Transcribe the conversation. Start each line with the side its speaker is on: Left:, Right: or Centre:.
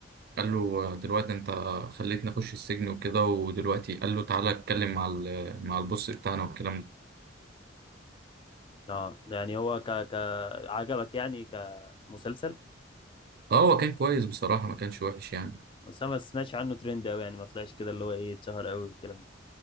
Right: قال له دلوقتي انت خليتني اخش السجن وكده ودلوقتي قال له تعالى اتكلم مع ال... مع البوس بتاعنا والكلام ده
Left: اه يعني هو ك ك عجبك يعني كمسلسل
Right: اه هو كان كويس بصراحة ما كانش وحش يعني
Left: بس أنا ما سمعتش عنه ترند قوي يعني ما طلعش كده اللي هو ايه اتشهر قوي والكلام ده